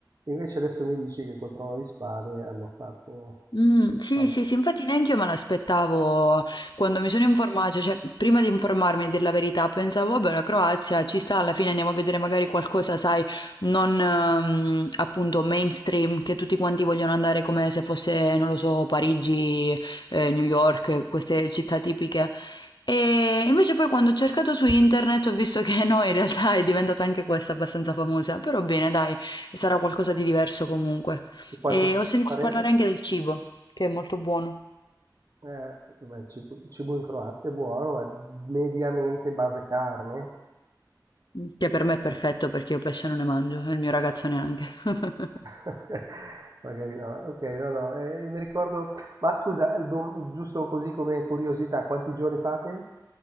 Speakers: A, on the right; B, on the left.
A: Invece adesso mi dici che col Trono di Spade hanno fatto...
B: Mh, sì,
A: fanno-
B: sì, sì, infatti neanche io me l'aspettavo quando mi sono informata, cioè prima di informarmi a dir la verità, pensavo, vabbè, la Croazia ci sta, alla fine andiamo a vedere magari qualcosa, sai, non ehm, appunto mainstream, che tutti quanti vogliono andare come se fosse, non lo so, Parigi, eh, New York, queste città tipiche. E invece poi quando ho cercato su internet ho visto che no, in realtà è diventata anche questa abbastanza famosa, però bene, dai, sarà qualcosa di diverso comunque.
A: E quanti
B: E
A: giorni
B: ho sentito
A: farete?
B: parlare anche del cibo, che è molto buono,
A: Eh, vabbè, il cibo, il cibo in Croazia è buono, è mediamente base carne,
B: che per me è perfetto perché io pesce non ne mangio e il mio ragazzo neanche. <laughs>
A: <laughs> Ok, magari no. Ok, no, no, eh, mi ricordo. Ma scusa, il dom- giusto così come curiosità, quanti giorni fate?